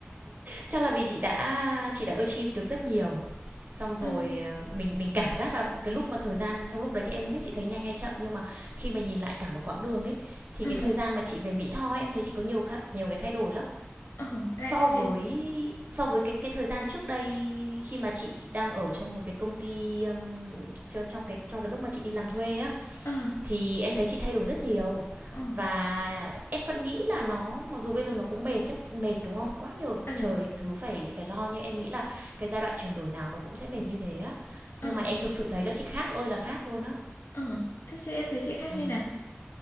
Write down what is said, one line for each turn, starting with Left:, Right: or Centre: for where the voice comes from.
Right: chắc là vì chị đã chị đã achieve được rất nhiều. Xong rồi
Left: <laughs> ừ.
Right: ờ, mình mình cảm giác là cái lúc mà thời gian trong lúc đấy thì em không biết chị thấy nhanh hay chậm nhưng mà khi mà nhìn lại cả một quãng đường ấy thì
Left: Ừ.
Right: cái thời gian mà chị về Mỹ Tho ấy, em thấy chị có nhiều khá, nhiều cái thay đổi lắm.
Left: Ừ.
Right: So
Left: Ê, em
Right: với
Left: thấy
Right: so với cái cái thời gian trước đây khi mà chị đang ở trong một cái công ty ừm, trong trong cái trong cái lúc mà chị đi làm thuê á
Left: ừ.
Right: thì em thấy chị thay đổi rất nhiều
Left: Ừ.
Right: và em vẫn nghĩ là nó mặc dù bây giờ nó cũng mệt chắc mệt đúng không? Quá nhiều
Left: Ừ.
Right: trời thứ phải phải lo nhưng em nghĩ là cái giai đoạn chuyển đổi nào nó cũng sẽ mệt như thế á.
Left: Ừ.
Right: Nhưng mà em thực sự thấy là chị khác ơi là khác luôn á.
Left: Ừ. Thế chị em thấy chị khác
Right: Ừ.
Left: như nào